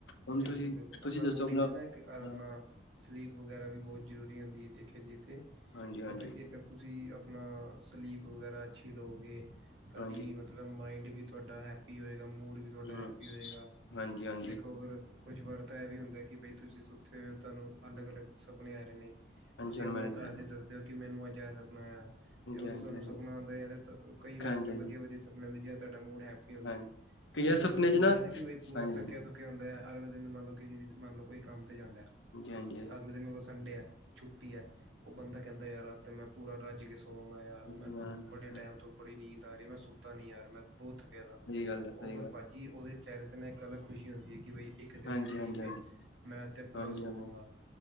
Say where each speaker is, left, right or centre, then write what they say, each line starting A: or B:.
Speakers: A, on the left; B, on the right.
A: ਹੁਣ
B: ਬਿਲਕੁਲ-ਬਿਲਕੁਲ।
A: ਤੁਸੀਂ ਤੁਸੀਂ
B: ਆਪਣਾ
A: ਦੱਸੋ
B: ਬੋਡੀ ਨਹੀਂ ਲੈ ਕੇਰ ਆਪਣਾ,
A: ਹਾਂ
B: ਸਲੀਪ ਵਗੈਰਾ ਵੀ ਬਹੁਤ ਜਰੂਰੀ ਹੁੰਦੀ ਹੈ ਦੇਖਿਆ ਜੇ ਤੇ।
A: ਹਾਂਜੀ-ਹਾਂਜੀ।
B: ਜੇਕਰ ਤੁਸੀਂ ਆਪਣਾ ਸਲੀਪ ਵਗੈਰਾ ਅੱਛੀ ਲਓਗੇ, ਤੁਹਾਡੀ
A: ਹਾਂਜੀ
B: ਮਤਲਬ ਥੋਰਾ ਮਾਇੰਡ ਵੀ ਤੁਹਾਡਾ ਹੈਪੀ ਹੋਏਗਾ ਮੂਡ ਵੀ ਤੁਹਾਡਾ
A: ਹਮ
B: ਹੈਪੀ ਹੋਏਗਾ।
A: ਹਾਂਜੀ ਹਾਂਜੀ
B: ਦੇਖੋ ਫਿਰ, ਕੁੁਝ ਵਰਤਾ ਇਹ ਵੀ ਹੁੰਦਾ ਹੈ ਕਿ ਬਈ ਤੁਸੀਂ ਸੁੱਥੇ ਹੋਏ ਹੋ ਤੁਹਾਨੂੰ ਅਲੱਗ-ਅਲੱਗ ਸੁਪਨੇ ਆ ਰਹੇ ਨੇ,
A: ਹਾਂਜੀ
B: ਤੁਸੀਂ
A: ਹੁਣ
B: ਆਪਣਾ
A: ਮੈਂ ਹਾਂਜੀ
B: ਘਰ ਦੇ ਦੱਸਦੇਓ ਕਿ ਮੈਨੂੰ ਐ ਸਪਨਾ ਆਇਆ। ਤੇ
A: ਹਾਂਜੀ
B: ਤੁਹਾਨੂੰ
A: ਹਾਂਜੀ ਹਾਂਜੀ
B: ਸਪਨਾ ਆਉਂਦਾ, ਜਾਂ ਕਈ ਵਾਰ
A: ਹਾਂਜੀ
B: ਤੇ ਵਧੀਆ- ਵਧੀਆ ਸਪਨੇ ਆਉਂਦੇ ਜਿਵੇ, ਤੁਹਾਡਾ ਮੂਡ ਹੈਪੀ ਹੁੰਦਾ
A: ਹਾਂਜੀ ਕਈਆਂ
B: ਕਈ
A: ਸੁਪਨੇ
B: ਵਾਰ ਤਾਂ, ਬੰਦਾ
A: ਚ ਹਾਂਜੀ
B: ਹੈ ਨਾ ਕਿ ਪੂਰਾ ਥੱਕਿਆ
A: ਹਾਂਜੀ
B: -ਥੁੱਕਿਆ ਹੁੰਦਾ। ਅਗਲੇ ਦਿਨ ਮੰਨ ਲਓ ਕਿਸੇ ਦੀ ਮੰਨ ਲਓ ਕੋਈ ਕੰਮ ਜਾਂਦਾ।
A: ਹਾਂਜੀ
B: ਅਗਲੇ ਦਿਨ ਉਹ ਸੰਡੇ ਹੈ, ਛੁੱਟੀ ਹੈ ਉਹ ਬੰਦਾ ਕਹਿੰਦਾ ਯਾਰ ਤੇ ਮੈਂ, ਪੂਰਾ ਰੱਜ ਗਿਆ ਸਾ ਸੌਵਾਂਗਾ ਯਾਰ ਮੈਨੂੰ
A: ਹਾਂਜੀ
B: ਵੱਡੇ ਟਾਈਮ ਤੋਂ ਬੜੀ ਨੀਂਦ ਆ ਰਹੀ ਹੈ ਮੈਂ ਸੁੱਤਾ ਨੀ ਯਾਰ ਮੈਂ ਬਹੁਤ ਥੱਕਿਆ ਦਾ।
A: ਸਹੀ ਗੱਲ ਆ ਸਹੀ
B: ਉਹ ਫਿਰ,
A: ਗੱਲ
B: ਭੱਜੀ ਉਹਦੇ ਚਿਹਰੇ ਤੇ ਨਾਲ ਇੱਕ ਅਲੱਗ, ਖੁਸ਼ੀ ਹੁੰਦੀ ਕਿ ਇੱਕ ਦਿਨ
A: ਹਾਂਜੀ
B: ਦੀ ਸਲੀਪ,
A: ਹਾਂਜੀ ਹਾਂਜੀ
B: ਮੈਂ ਤੇ ਪੂਰਾ
A: ਹਾਂਜੀ
B: ਸੋਵਾਂਗਾ।
A: ਹਾਂਜੀ